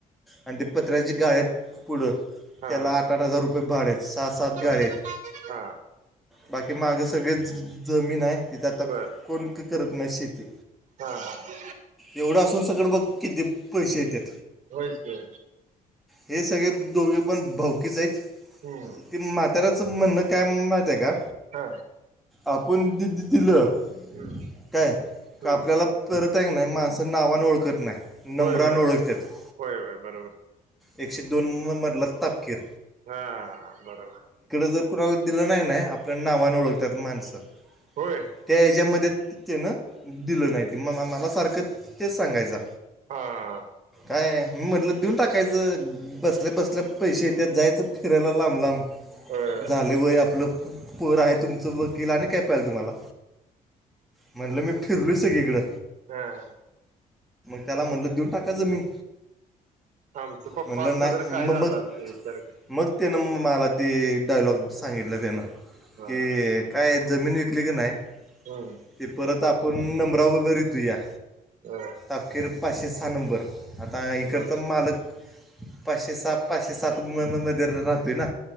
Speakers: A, in the centre; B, on the right (about 55°).
A: आणि ते पत्र्याची गाळे आहेत फूड.
B: हा
A: त्याला आठ आठ हजार रुपये भाड आहेत, सहा सात
B: बर
A: गाळे आहेत.
B: हा
A: बाकी माग सगळे जमीन आहे, तिथे आता
B: बर
A: कोण करत नाही शेती.
B: हा हा
A: एवढं असून सगळं बघ किती पैसे येत्यात.
B: होयच की.
A: हे सगळे दोघे पण भावकीच आहेत.
B: हम्म
A: ते म्हाताऱ्याच म्हणणं. काय माहत हाय का,
B: हा
A: आपण दि, दि दिलं.
B: हम्म
A: काय का
B: हम्म
A: आपल्याला परत आहेऐ नाही, माणस नावाने ओळखत नाही. नम्रान
B: होय होय
A: ओळखतात
B: होय होय होय बरोबर
A: एकशे दोन मरला तापकेर.
B: हा बरोबर.
A: जर कुणाला नाही नाही आपल्या नावाने ओळखतात माणसं
B: होय
A: त्या हच्यामध्ये. त्यानं दिलं नाही, ते मगमला सारखं तेच सांगायचं.
B: हा.
A: अय मी म्हटलं देऊन टाकायचं, बसल्या बसल्या पैसे येत्या जायचं फिरायला लांब लांब.
B: होय
A: झाले वय आपलं पोर आहे, तुमचं वकील आणि काय. पाल तुम्हाला म्हटलं, मी फिरलो सगळीकडें.
B: हा.
A: त्याला म्हणलं देऊन टाका जमीन.
B: आमचं पप्पा
A: म्हणलं
B: असत
A: नाही
B: तर काय झालं
A: मग
B: असतं विचार कर
A: मग ते मला. ती डायलॉग सांगितलं त्यांन, की
B: हा
A: काय जमीन विकली की नाही.
B: हम्म
A: ते परत आपण नंबरा वगैरेेतू या
B: ह
A: अखेर. पाचशे सहा नंबर आता इकडचा
B: बरोबर
A: मालक. पाचशे सात पाचशे सात मुंब म राहतो ना.